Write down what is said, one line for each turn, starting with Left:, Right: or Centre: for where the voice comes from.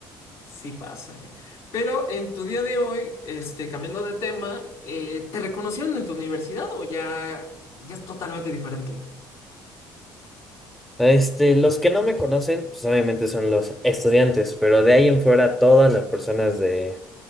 Left: Sí pasa, ¿eh? Pero en tu día de hoy, este, cambiando de tema, eh, ¿te reconocieron en tu universidad o ya, ya es totalmente diferente?
Centre: Este, los que no me conocen, pues obviamente son los estudiantes, pero de ahí en fuera todas las personas de,